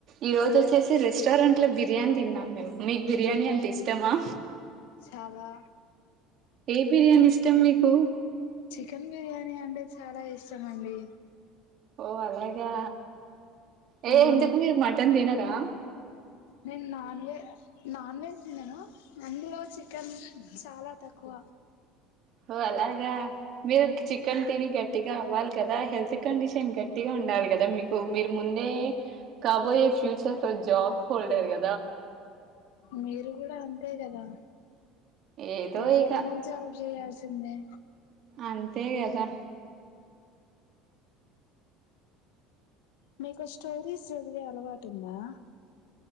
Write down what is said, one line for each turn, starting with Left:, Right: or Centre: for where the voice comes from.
Right: ఈ రోజు వచ్చేసి రెస్ స్టారంట్లో బిర్యానీ తిన్నాము మీకు బిర్యానీ అంటే ఇష్టమా
Left: చాలా
Right: ఏ బిర్యానీ ఇష్టం మీకు
Left: కెన్ బిర్యానీ అంటే చాలా ఇష్టమండి
Right: ఓ అలాగా ఏ
Left: మ్మ్
Right: ఎందుకు మీరు మటన్ తిన టా
Left: నేను నాన్ వె నాన్ వెజ్ తినను అందులో చికెన్ చాలా తక్కువ
Right: హో అలాగా మీరు చికెన్ తిని గట్టిగా అవ్వాలి కదా హెల్త్ కండిషన్ గట్టిగా ఉండాలి కదా మీకు మీరు ముందే కాబోయే ఫ్యూచర్ లో జాబ్ హోల్డర్ గ
Left: మీరు కూడా అన్ తే గదా
Right: ఏదో
Left: ఎవరైనా
Right: ఇక
Left: జబ్ జెయ్యాల్స్ తుందే
Right: అంతే కదా
Left: మీకు స్టోరీస్ చదివే అలవాటుందా